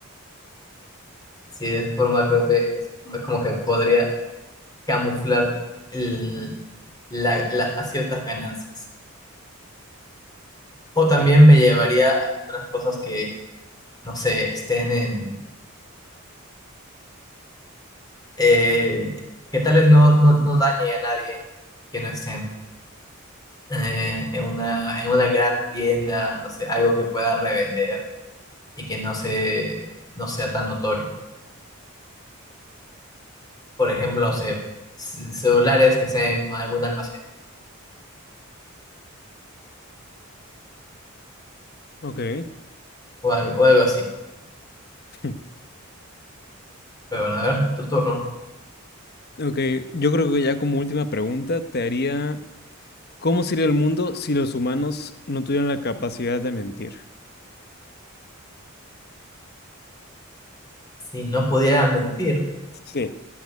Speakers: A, on the left; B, on the left.
A: Sí, de esa forma creo que es, es como que podría camuflar el- la, la- a ciertas ganancias. O también
B: Sí, claro.
A: me llevaría a algunas cosas que, no sé, estén en... eh, que tales no, no, no dañe a nadie que no estén eh, en una, en una gran tienda, no sé, algo que pueda revender y que no se, no sea tan notorio. Por ejemplo, no sé, ce- celulares que sean en algún almacén
B: Ok,
A: o al- o algo, así.
B: <laughs>
A: Pero bueno, a ver, tu turno.
B: ok. Yo creo que ya como última pregunta te haría, ¿cómo sería el mundo si los humanos no tuvieran la capacidad de mentir?
A: Si no pudiera mentir,
B: Sí.